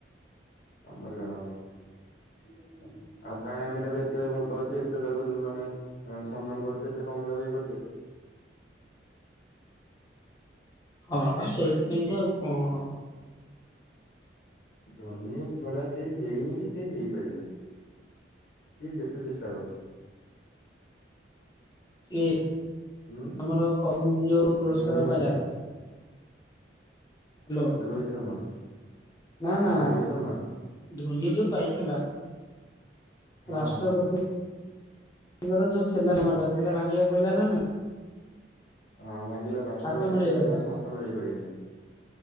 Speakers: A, on the left; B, on the left.
A: ଆମରି ମାନଙ୍କ ପାଇଁ ଆକାହିଁ ଆମେ ତାକୁ ଏତେ ଭଲ ପାଉଛୁ ଏତେ ତାକୁ ମାନେ ସମ୍ମାନ କରୁଛେ ଏତେ କମେ ତାକୁ ଇଏ କରଛେ।
B: ହଁ ସେଇଥିପାଇଁ ତ ଆଉ କଣ?
A: ଧନୀ ଭଳିଆ କେହି ହେଇନି କି କେହି ହେଇପାରିବେନି। ସିଏ ଯେତେ ଚେଷ୍ଟା କରୁ।
B: ସିଏ
A: ହୁଁ
B: ଆମର ପମ ଯୋଉ ପୁରସ୍କାର
A: ଧୋନି ଭଳିଆ
B: ପାଇଲା। ହ୍ୟାଲୋ
A: ରୋହିତ ଶର୍ମା।
B: ନା ନା
A: ହଁ ରୋହିତ ଶର୍ମା
B: ଧୋନି ଯୋଉ ପାଇଥିଲା। <unintelligible>
A: ହଁ ହଁ। ହଁ ଭାଙ୍ଗିଲା ରାଷ୍ଟ୍ରପତି
B: ହାତ ମିଳେଇବା
A: କେବେ କାହା
B: ବା
A: ସ ହାତ ମିଳେଇ ପାରିବେନି।